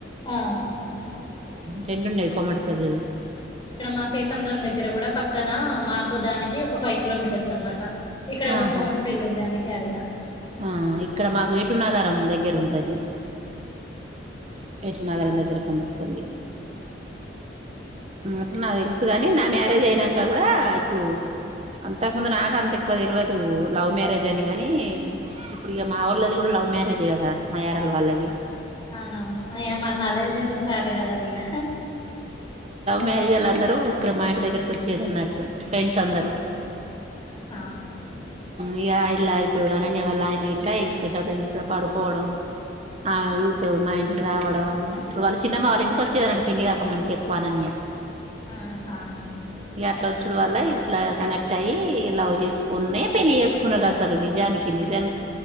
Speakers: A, on the left; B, on the right.
A: ఆహా
B: రెండున్నాయి కోమటిపెళ్లిలు
A: ఇక్కడ మా కేసముద్రం దగ్గర కూడా పక్కన మాకు దానికి ఒక ఫైవ్ కిలోమీటర్స్ అనమాట ఇక్కడ కూడా
B: ఆహా
A: కోమటి పెళ్లి ఉంది అందుకే అడిగా
B: ఆ ఇక్కడ మాకు ఏటునాగారం దగ్గర ఉ ది ఏటూర్ నాగారం దగ్గర కోమటిపల్లి
A: ఆ
B: అట్లా నాకు తెలుసు కాని నా మ్యారేజ్ అయినాక కూడా ఇప్పుడు అంతకు ముందు నాక అంత ఎక్కువ తెల్వదు లవ్ మ్యారేజ్ అని గాని ఇప్పుడు ఇక మా వాళ్ళుది కూడా లవ్ లవ్ మ్యారేజ్ కదా మా యరాల వాళ్లది
A: అవునవును అయ మా కాలేజ్ నుంచి స్టార్ట్ కద అది ఇక
B: మ్యారేజ్ వాళ్ళ అందరూ ఇక్కడ మా ఇంటి దగ్గరకి వచ్చేది అన్నట్టు ఫ్రెండ్స్ అందరూ
A: ఆ ఆ ఆహా
B: ఇక ఇలా ఇప్పుడు అనన్య వాళ్ల ఆయన ఇట్లా ఎక్కువ శాతం ఇక్కడ పడుకోవడం ఆ ఊకె మా ఇంటికి రావడం ఇప్పుడు వాళ్ళ చిన్నమ్మ వాళ్ళ ఇంటికి వచ్చేదంట పెళ్లి కాక ముందుకు ఎక్కువ అనన్య
A: ఆహా
B: ఇట్లా వచ్చడు వల్ల ఇట్లా కనెక్ట్ అయ్యి లా చేసుకున్నా పెళ్లి చేసుకున్నారు అసలు నిజానికి నిజా